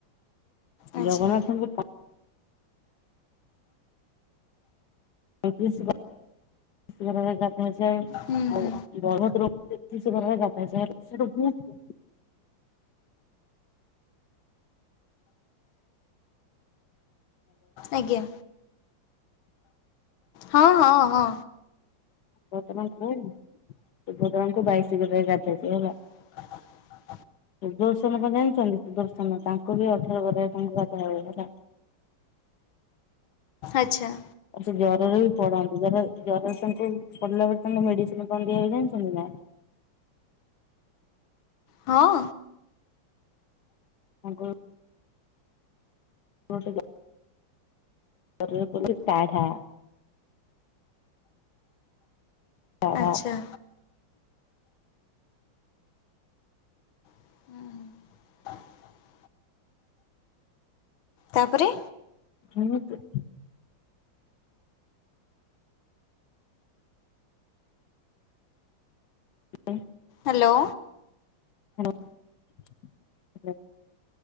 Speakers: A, on the left (about 85°); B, on the left (about 60°).
A: ଆଚ୍ଛା
B: ଜଗନ୍ନାଥଙ୍କୁ ପା ପଈଁତିରିଶ ଗ ଗରରେ ଗାଧାଜାଏ।
A: ହୁଁ ହୁଁ।
B: ବଡ ଡ୍ରମ ତେତିଶି ଗରରେ ଗାଧା ଯାଏ <unintelligible>
A: ଆଜ୍ଞା ହଁ ହଁ ହଁ।
B: ବର୍ତ୍ତମାନ କୁହନି ସୁଭଦ୍ରାଙ୍କୁ ବାଇଶ ଗରାରେ ଗାଧାଜାଏ ହେଲା।
A: ହ <inaudible>
B: ସୁଦର୍ଶନ କଣ ଜାଣିଛନ୍ତି ସୁଦର୍ଶନ ତାଙ୍କୁ ବି ଅଠର ଗରାରେ ଗାଧାଜାଏ ହେଲା।
A: ଆଚ୍ଛା।
B: ଆଉ ସେ ଜ୍ୱରରେ ବି ପଡନ୍ତି ଜର ଜରରେ ତାଙ୍କୁ ପଡିଲା ବେଳେ ତାଙ୍କୁ ମେଡିସିନି କଣ ଦିଆହୁଏ ଜାଣିଚନ୍ତି ନା।
A: ହଁ।
B: ମଙ୍ଗୁଳୁ <unintelligible> ଜରରେ ପିଅନ୍ତି କଢ଼ା। କାଢା
A: ଆଚ୍ଛା। <inaudible> ତାପରେ।
B: ହୁଁ ତ <inaudible>
A: ହ୍ୟାଲୋ।
B: Hello hello.